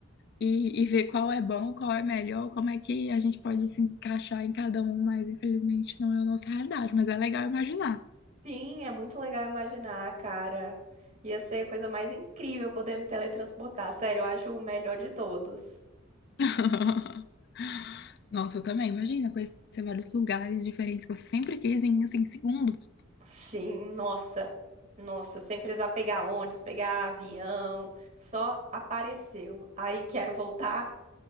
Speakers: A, on the left (about 50°); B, on the right (about 35°).
A: e, e ver qual é bom, qual é melhor, como é que a gente pode se encaixar em cada um, mas infelizmente não é a nossa realidade, mas é legal imaginar.
B: Sim, é muito legal imaginar, cara. Ia ser a coisa mais incrível poder me teletransportar. Sério, eu acho o melhor de todos.
A: <laughs> Nossa, eu também, imagina conhecer vários lugares diferentes que você sempre quis em, assim, segundos.
B: Sim, nossa. Nossa, sem precisar pegar ônibus, pegar avião, só apareceu. Aí quero voltar,